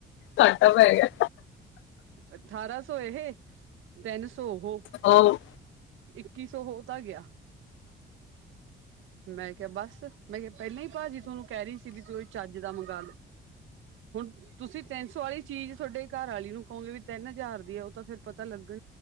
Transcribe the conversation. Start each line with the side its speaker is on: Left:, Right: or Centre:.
Left: ਘਾਟਾ ਪੈ ਗਿਆ।
Right: ਅਠਾਰਾਂ ਸੋ ਸੋਏ ਤੈਨ ਸੋ ਹੋ
Left: ਉਹ
Right: ਇੱਕੀ ਸੌ ਹੋ ਤਾਂ ਗਿਆ ਮੈਂ ਕਿਹਾ ਬਸ ਮੈਂ ਕਿਹਾ ਪਹਿਲਾਂ ਹੀ ਭਾਜੀ ਤੁਹਾਨੂੰ ਕਹਿ ਰਹੀ ਸੀ ਤੂੰ ਵੀ ਜਿਦਾ ਮੰਗਾਲੋ ਹੁਣ ਤੁਸੀਂ ਤਿੰਨ ਸੌ ਵਾਲੀ ਚੀਜ਼ ਤੁਹਾਡੇ ਘਰਵਾਲੀ ਨੂੰ ਕਹੋਗੇ ਵੀ ਤਿੰਨ ਹਜ਼ਾਰ ਦੀ ਆਉ ਤਾਂ ਫੇਰ ਪਤਾ ਲੱਗ